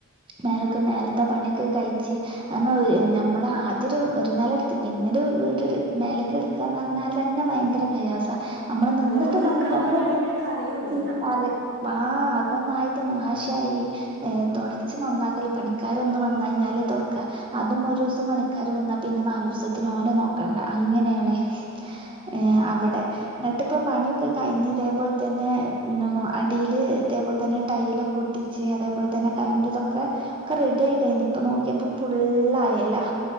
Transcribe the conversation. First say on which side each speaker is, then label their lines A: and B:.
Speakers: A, on the right; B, on the right.
A: മേലക്ക് മേൽത്തെ പണ്യൊക്കെ കയ്ച്ച് കാരണം നമ്മള് ആദ്യാെരു ഒര് നെലട്ത്ത് പിന്നൊരു വീട് മേലെക്ക് ട് ക്കാന്നർഞാൽ തന്നെ ഭയെങ്കെര പ്രയാസാ അമ്മള് നിന്ന്ട്ട്
B: നമ്മള് നിക്കണ
A: പണിയെടുക്ക നമ്മള്
B: വീടാണെങ്കി പിന്നെ പറയൂല്ല
A: <unintelligible> വഹാ അ കൊന്നായ്ട്ട് നാശായി ഏന് തൊടച്ച് നന്നാക്കലെ പണിക്കാരൊന്ന് വന്നയ്ഞ്ഞാല് തൊട്ക്കാ അതും ഒരൂസം പണിക്കാര് വന്നാ പിന്നെ നാലൂസത്തിന് ഓലെ നോക്കണ്ട അങ്ങെനേണ് ഏഹ് അവടെ ന്നട്ട്പ്പം പണ്യൊക്കെ കയ്ഞ്ഞ് തേ പോൽ തന്നെ <unintelligible> അടീല് തേ പോൽ തന്നെ ടൈലാെക്കെ ഒ പിച്ചേ അതേ പോയ് തന്നെ കരണ്ട് തൊക്കെ ഒക്കെ റെഡി ആയി കഴിഞ്ഞ് ഇപ്പം നോക്കിയപ്പം ഫുള്ളയലാ